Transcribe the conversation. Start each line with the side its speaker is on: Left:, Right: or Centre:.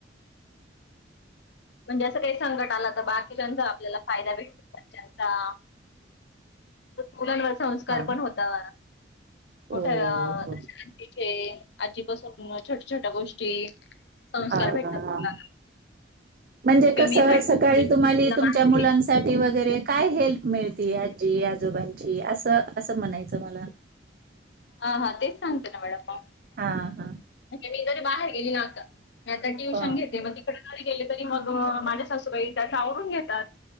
Left: म्हणजे असं काही संकट आलं तर बाकीच्यांचा आपल्याला फायदा भेटतो घरच्यांचा. मुलांवर संस्कार
Right: हा
Left: पण होता. मोठ्या
Right: हो हो
Left: <unintelligible> आजीपासून छोट्या छोट्या गोष्टी. संस्कार
Right: हा
Left: भेटतात.
Right: हा हा. म्हणजे
Left: किंवा
Right: कस
Left: मी साठी
Right: सकाळी तुम्हाली
Left: बाहेर
Right: तुमच्या
Left: गेली
Right: मुलांसाठी वगैरे. काय हेल्प मिळती आजी आजोबांची असं. असं म्हणायचं मला
Left: हा हा तेच सांगते ना मॅडम मी.
Right: हां हां
Left: मी तरी बाहेर गेली, ना आता ट्युशन
Right: हां
Left: घेते मग. री गले तरी मग माझ्या सासूबाई त्या आवरून घेतात.